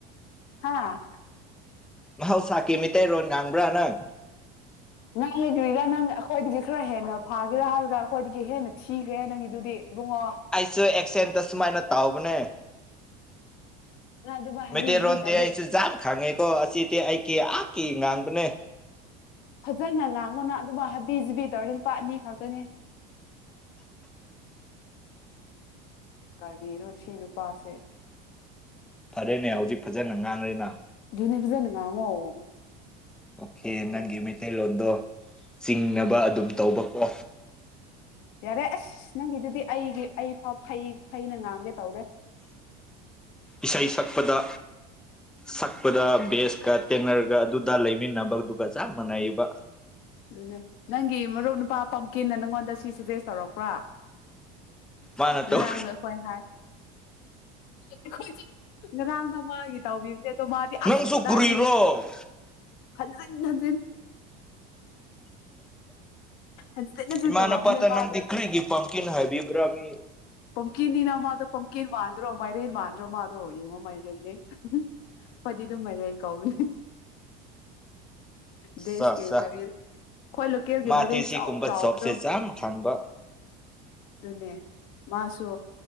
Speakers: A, on the left (about 55°); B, in the centre.
A: ꯍꯥꯥ
B: ꯃꯍꯧꯁꯥꯀꯤ ꯃꯤꯇꯩꯔꯣꯟ ꯉꯥꯡꯕ꯭ꯔꯥ ꯅꯪ
A: ꯅꯪꯒꯤꯗꯨꯔꯤꯔ ꯅꯪ ꯑꯩꯈꯣꯏꯗꯒꯤ ꯈꯔ ꯍꯦꯟꯅ ꯐꯥꯒꯦꯔꯥ ꯍꯥꯏꯔꯒ ꯑꯩꯈꯣꯏꯗꯒꯤ ꯍꯦꯟꯅ ꯊꯤꯈ꯭ꯔꯦ ꯅꯪꯒꯤꯗꯨꯗꯤ ꯏꯕꯨꯡꯉꯣ
B: ꯑꯩꯁꯨ ꯑꯦꯛꯁꯦꯟꯗ ꯁꯨꯃꯥꯏꯅ ꯇꯥꯎꯕꯅꯦ
A: ꯅꯪ ꯑꯗꯨꯃꯥꯏ ꯍꯥꯕꯤ
B: ꯃꯩꯇꯩꯔꯣꯟꯗꯦ
A: ꯖꯕꯤ ꯇꯧꯔꯗꯤ
B: ꯑꯩꯁꯨ ꯖ ꯈꯪꯉꯦꯀꯣ ꯑꯁꯤꯗꯤ ꯑꯩ ꯀꯦ ꯑꯥ ꯀꯦ ꯉꯥꯡꯕꯅꯦ
A: ꯐꯖꯅ ꯉꯥꯡꯉꯣꯅ ꯑꯗꯨꯝ ꯍꯥꯏ ꯕꯤ ꯖꯤꯕꯤ ꯇꯧꯔꯗꯤꯝ ꯄꯥꯠꯅꯤ ꯈꯛꯇꯅꯦ ꯀꯕꯤꯔꯣꯁꯤ ꯅꯨꯨꯄꯥ ꯑꯁꯦ
B: ꯐꯔꯦꯅꯦ ꯍꯧꯖꯤꯛ ꯐꯖꯅ ꯉꯥꯡꯅꯔꯤꯅ
A: ꯅꯦꯕꯖꯅꯉꯥꯡ
B: ꯑꯣꯀꯦꯦꯃꯦ ꯃꯩꯇꯩꯂꯣꯟꯗꯣ ꯆꯤꯡꯅꯕ ꯑꯗꯨꯝ ꯇꯧꯕꯀꯣ
A: ꯌꯥꯔꯦ ꯑꯁ ꯅꯪꯒꯤꯗꯨꯗꯤ ꯑꯩꯒꯤ ꯑꯩ ꯐꯥꯎ ꯐꯩ ꯐꯩꯅ ꯉꯥꯡꯒꯦ ꯇꯧꯔꯦ
B: ꯏꯁꯩ ꯁꯛꯄꯗ ꯁꯛꯄꯗ ꯕꯦꯁꯀ ꯇꯦꯅꯔꯒ ꯑꯗꯨꯗ ꯂꯩꯃꯤꯟꯅꯕꯗꯨꯒ ꯆꯞ ꯃꯥꯟꯅꯩꯕ
A: ꯑꯗꯨꯅꯦ ꯅꯪꯒꯤ ꯃꯔꯨꯞ ꯅꯨꯄꯥ ꯄꯝꯀꯤꯟꯅ ꯅꯪꯉꯣꯟꯗ ꯁꯤ ꯁꯖꯦꯁ ꯇꯧꯔꯛꯄ꯭ꯔꯥ
B: ꯃꯥꯅ ꯇꯧ
A: ꯉꯔꯥꯡꯗꯣ ꯑꯩꯈꯣꯏ ꯍꯥꯏ ꯑꯩꯈꯣꯏꯁꯦ ꯉꯔꯥꯡ ꯅꯣꯡ ꯃꯥꯒꯤ ꯇꯥꯎꯕꯤꯕꯅꯦ ꯃꯥꯗꯤ
B: ꯅꯪꯁꯨ
A: ꯑꯁ ꯗꯗꯥꯗꯤ
B: ꯀꯨꯔꯤꯔꯣ
A: ꯍꯟꯖꯤꯟ ꯍꯟꯖꯤꯟ ꯍꯟꯖꯤꯟ ꯍꯟꯖꯤꯟ
B: ꯏꯃꯅ
A: ꯇꯧꯔꯛꯑꯕꯅꯦ
B: ꯄꯥꯇ
A: ꯃꯥꯗꯣ
B: ꯅꯗꯤ ꯈꯩꯒꯤ ꯄꯥꯝ ꯀꯅ ꯍꯥꯏꯕ ꯕꯤꯕ꯭ꯔꯥꯝꯃꯤ
A: ꯄꯝꯀꯤꯅꯤꯅ ꯃꯥꯣ ꯄꯝꯀꯤꯦꯟ ꯃꯥꯟꯗ꯭ꯔꯣ ꯃꯥꯏꯔꯦꯟ ꯃꯥꯟꯗ꯭ꯔꯣ ꯃꯥꯣ ꯑꯗꯣ ꯌꯦꯡꯉꯣ ꯃꯥꯏꯔ ꯂꯩꯅꯦ ꯐꯗꯤ ꯑꯗꯨꯝ ꯃꯥꯏꯔꯦ ꯀꯥꯎꯅꯦ ꯗꯦꯁ
B: ꯆꯥ ꯆꯥ
A: ꯀ ꯃꯔꯤꯜ ꯑꯩꯣꯏ ꯂꯣꯀꯦꯜꯒꯤ
B: ꯃꯥꯗꯤ
A: ꯃꯔꯦꯟ
B: ꯁꯤꯒꯨꯝꯕ
A: ꯆꯥꯎ ꯆꯥꯎꯕꯗꯣ
B: ꯖꯣꯕꯁꯦ ꯌꯥꯝ ꯈꯪꯕ
A: ꯑꯗꯨꯅꯦ ꯃꯥꯁꯨ